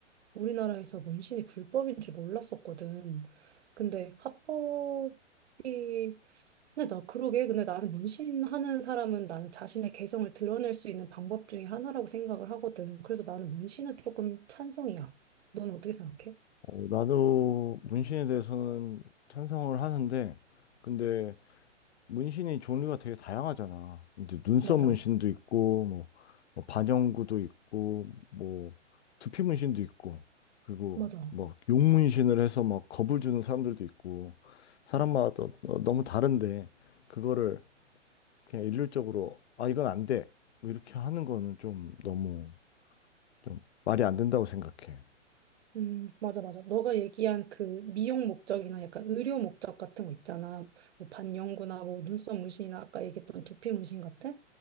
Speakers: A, on the right; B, on the left.
A: 우리나라에서 문신이 불법인 줄 몰랐었거든. 근데 합법이 근데 나 그러게 근데 나는 문신하는 사람은 나는 자신의 개성을 드러낼 수 있는 방법 중에 하나라고 생각을 하거든. 그래서 나는 문신은 조금 찬성이야. 넌 어떻게 생각해?
B: 어, 나도 문신에 대해서는 찬성을 하는데, 근데 문신이 종류가 되게 다양하잖아. 이제 눈썹
A: 맞아.
B: 문신도 있고, 뭐, 뭐 반영구도 있고, 뭐, 두피 문신도 있고, 그리고
A: 맞아.
B: 뭐, 용 문신을 해서 막 겁을 주는 사람들도 있고, 사람마다 어, 너무 다른데, 그거를 그냥 일률적으로, 아, 이건 안 돼. 뭐 이렇게 하는 거는 좀 너무 좀 말이 안 된다고 생각해.
A: 음, 맞아, 맞아. 너가 얘기한 그 미용 목적이나 약간 의료 목적 같은 거 있잖아. 뭐 반영구나, 뭐 눈썹 문신이나 아까 얘기했던 두피 문신 같은?